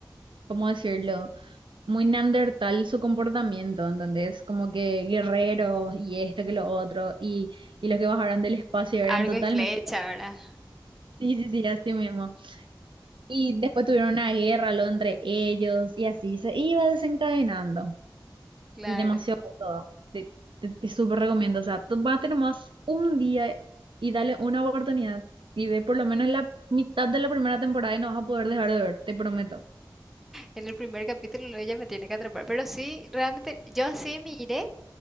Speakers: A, on the right; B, in the centre.
A: ¿cómo decirlo? Muy neandertal su comportamiento, entonces como que guerreros y esto que lo otro, y, y los que bajaron del espacio eran
B: Arco
A: totalmente...
B: y flecha, ¿verdad?
A: Sí, sí, sí, así mismo. Y después tuvieron una guerra lo entre ellos y así se iba desencadenando.
B: Claro.
A: Y demasiado todo. Te, te, te súper recomiendo. O sea, tú vas a tener más un día y dale una oportunidad. Y ve por lo menos la mitad de la primera temporada y no vas a poder dejar de ver, te prometo.
B: En el primer capítulo luego ella me tiene que atrapar. Pero sí, realmente, yo así miré